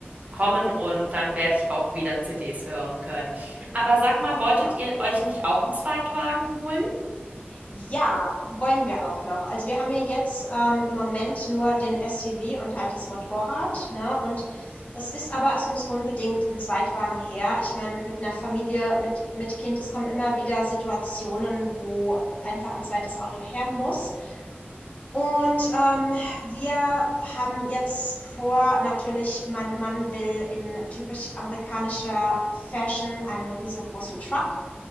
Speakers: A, on the right; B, on the left.
A: kommen und dann werde ich auch wieder CDs hören können. Aber sag mal, wolltet
B: Ja.
A: ihr euch nicht auch einen Zweitwagen holen?
B: Ja, wollen wir auch noch. Also wir haben ja jetzt ähm, im Moment nur den SUV und halt das Motorrad, ne? Und es ist aber, es muss unbedingt ein Zweitwagen her. Ich meine, mit einer Familie, mit, mit Kind, es kommen immer wieder Situationen, wo einfach ein zweites Auto her muss. Und ähm, wir haben jetzt vor, natürlich, mein Mann will in typisch amerikanischer Fashion einen riesengroßen Truck.